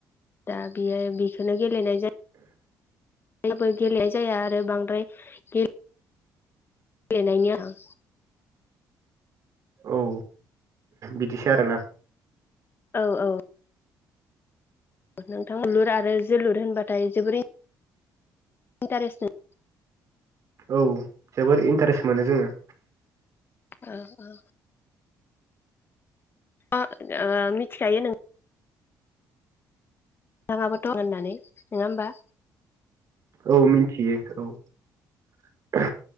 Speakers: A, on the left (about 30°); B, on the right (about 50°).
A: दा बियो बिखोनो गेलेनाय जा जेबो गेलेनाय जाया आरो बांद्राय गे लेनायनिया आं
B: औ बिदिसो आरोना
A: औ औ नोंथां बोलुर आरो जोलुर होनबाथाय जोबोरै इन्टारेस्टिं
B: औ जोबोर इन्टारेस मोनो जोङो
A: ओ ओ <inaudible> ओ मिथिखायो नों थाङाबो दं होननानै नोङा होमबा
B: औ मिन्थियो औ